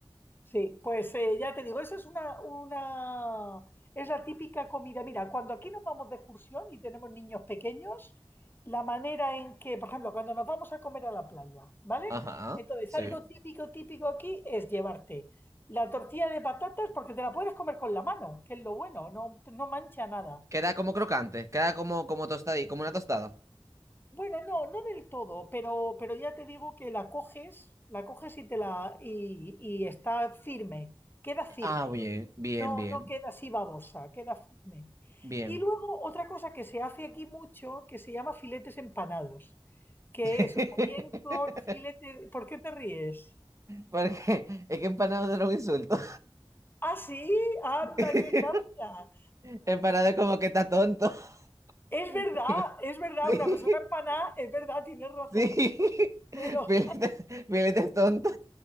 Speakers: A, on the left (about 20°); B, on the right (about 35°).
A: Sí, pues eh, ya te digo, esa es una, una, es la típica comida. Mira, cuando aquí nos vamos de excursión y tenemos niños pequeños, la manera en que, por ejemplo, cuando nos vamos a comer a la playa, ¿vale?
B: Ajá,
A: Entonces,
B: sí.
A: algo típico, típico aquí es llevarte la tortilla de patatas porque te la puedes comer con la mano, que es lo bueno, no, no mancha nada.
B: Queda como crocante, queda como, como tostadí, como una tostada.
A: Bueno, no, no del todo, pero, pero ya te digo que la coges, la coges y te la, y y está firme, queda firme.
B: Ah, bien, bien,
A: No,
B: bien,
A: no queda así babosa, queda firme.
B: bien.
A: Y luego otra cosa que se hace aquí mucho, que se llama filetes empanados, que
B: <laughs>
A: es o bien con filete... ¿Por qué te ríes?
B: Porque es que empanado no era un insulto.
A: Ah, sí, anda,
B: <laughs>
A: qué gracia.
B: Empanado es como que está tonto.
A: Es verdad,
B: <laughs>
A: es verdad,
B: Sí,
A: una persona empanada, es verdad, tienes razón,
B: sí. <laughs>
A: pero
B: Filete, filete es tonto.